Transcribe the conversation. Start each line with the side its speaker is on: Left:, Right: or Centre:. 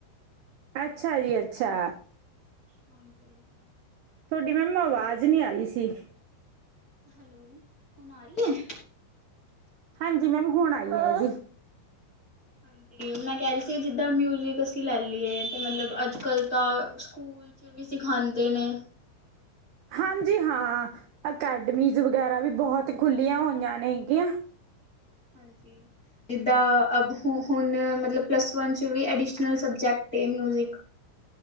Right: ਅੱਛਾ ਜੀ ਅੱਛਾ
Left: ਹਾਂਜੀ
Right: ਤੁਹਾਡੀ ਮੈਂਮਾ ਆਵਾਜ਼ ਨਹੀ ਆ ਰਹੀ ਸੀ
Left: ਹੈਲੋ ਹੁਣ ਆ ਰਹੀ ਹੈ
Right: ਹਾਂਜੀ ਮੈਂ ਵੀ ਹੁਣ ਆਈ ਹ ਜੀ
Left: ਹਾਂਜੀ ਮੈਂ ਕਹਿ ਰਹੀ ਸੀ ਜਿੱਦਾਂ ਮਿਊਜ਼ਿਕ ਅਸੀਂ ਲੈ ਲਈਏ ਅਤੇ ਮਤਲਬ ਅੱਜ ਕੱਲ੍ਹ ਤਾਂ ਸਕੂਲ 'ਚ ਵੀ ਸਿਖਾਉਂਦੇ ਨੇ
Right: ਹਾਂਜੀ ਹਾਂ ਅਕੈਡਮੀਜ਼ ਵਗੈਰਾ ਵੀ ਬਹੁਤ ਖੁੱਲ੍ਹੀਆਂ ਹੋਈਆਂ ਨੇ ਹੈਗੀਆਂ
Left: ਹਾਂਜੀ ਜਿੱਦਾਂ ਅ ਹੁਣ ਮਤਲਬ ਪਲੱਸ ਵਨ 'ਚ ਵੀ ਅਡੀਸ਼ਨਲ ਸਬਜੈਕਟ ਮਿਊਜਿਕ